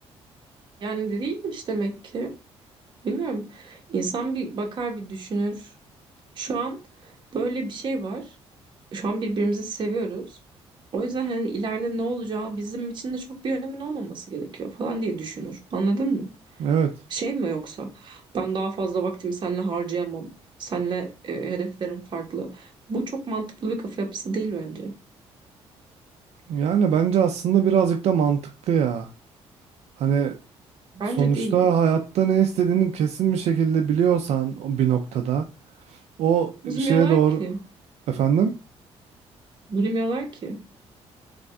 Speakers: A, on the right (about 45°); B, on the right (about 70°).
A: Yani de değilmiş demek ki. Bilmiyorum. İnsan bir bakar bir düşünür. Şu an böyle bir şey var. Şu an birbirimizi seviyoruz. O yüzden hani ileride ne olacağı bizim için de çok bir önemin olmaması gerekiyor falan diye düşünür. Anladın mı?
B: Evet.
A: Şey mi yoksa ben daha fazla vaktimi seninle harcayamam. Seninle e, hedeflerim farklı. Bu çok mantıklı bir kafa yapısı değil bence.
B: Yani bence aslında birazcık da mantıklı ya. Hani
A: Bence
B: sonuçta
A: değil ya.
B: hayatta ne istediğini kesin bir şekilde biliyorsan o bir noktada o
A: Bilmiyorlar
B: şeye doğru
A: ki.
B: efendim.
A: Bilmiyorlar ki.